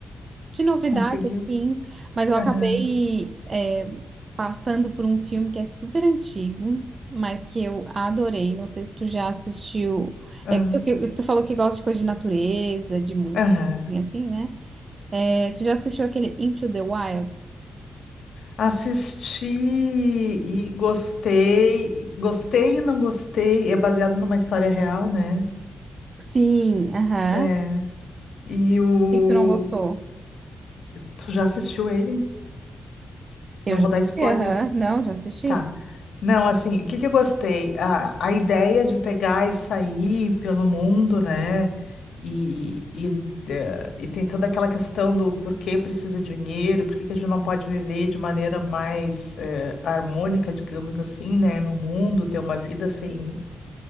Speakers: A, on the right; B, on the left.
A: de novidade,
B: Conseguiu?
A: assim, mas eu
B: Aham,
A: acabei é, passando por um filme que é super antigo, mas que eu adorei. Não sei se tu já assistiu.
B: aham,
A: É que tu, que tu falou que gosta de coisa de natureza, de mundo,
B: aham.
A: assim, assim, né? É, tu já assistiu aquele Into the Wild?
B: Assisti e gostei, e- gostei e não gostei. É baseado numa história real, né?
A: Sim, aham.
B: É.
A: Por
B: E o.
A: que que tu não gostou?
B: Tu já assistiu ele?
A: Eu
B: Não
A: já
B: vou dar
A: assisti,
B: spoiler.
A: aham. Não, já assisti.
B: Tá. Não, assim, o que que eu gostei? A, a ideia de pegar e sair pelo mundo, né? E, e, eh, e tem toda aquela questão do por que precisa de dinheiro, por que que a gente não pode viver de maneira mais eh, harmônica, digamos assim, né? No mundo, ter uma vida sem,